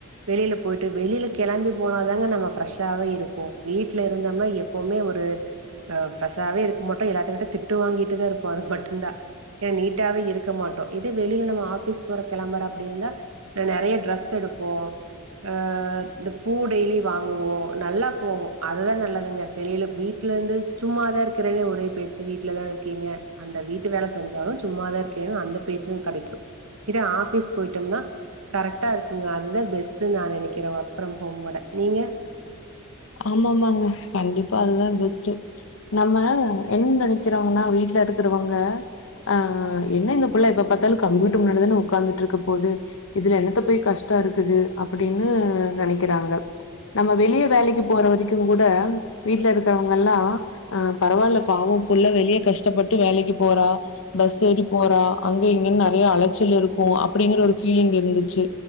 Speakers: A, on the right; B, on the left.
A: வெளியில போயிட்டு வெளியில கெளம்பி போன தாங்க நம்ம ஃப்ரெஷாவே இருப்போ வீட்ல இருந்தம்னா எப் போமே ஒரு ஆ ஃப்ரெஷாவே இருக்க மாட்டோ எல்லாத்துக்கிட்ட திட்டு வாங்கிட்டுதா இருப்போ அது மட்டுந்தா ஏனா நீட்டாவே இருக்க மாட்டோ இதே வெளியில நம்ம ஆஃபீஸ் போற கெளம்பற அப்டி இருந்தா நெறைய ட்ரெஸ் எடுப்போ ஆ இந்த பூ டெய்லி வாங்குவோ நல்லா போவோ அதுதா நல்லதுங்க வெளியில வீட் லருந்து சும்மாதா இருக்கறேனு ஒரே பேச்சு வீட்லதான இருக் கிங்க அந்த வீட்டு வேல செஞ்சாலு சும்மாதா இருக்கேனு அந்த பேச்சு கெடைக்கு இதே ஆஃபிஸ் போயிட்டம்னா கரெக்டா இருக்குங்க அதுதா பெஸ்ட்டுன் நா நெனைக்கிறே ஒர்க் ஃப்ரம் ஹோம் விட நீங்க
B: ஆமாமாங்க கண்டிப்பா அதுதா பெஸ்ட்டு நம்ம என்ன நெனைக்கிறாங்கன்னா வீட்ல இருக்கிறவங்க ஆ என்ன இந்த புள்ள எப்ப பாத்தாலு கம்ப்யூட்டர் முன்னாடி தான உக்காந்துட்ருக்க போது இதுல என்னத்த போய் கஷ்டோ இருக்குது அப்டின்னு நெனைக்கிறாங்க நம்ம வெளிய வேலைக்கு போற வரைக்குங் கூட வீட்ல இருக்கிறவங்க எல்லா ஆ பரவால்ல பாவோ புள்ள வெளிய கஷ்டப்பட்டு வேலைக்கு போறா பஸ் ஏறி போறா அங்க இங்கன்னு நெறைய அலைச்சல் இருக்கு அப்படிங்கற ஒரு ஃபீலிங் இருந்துச்சு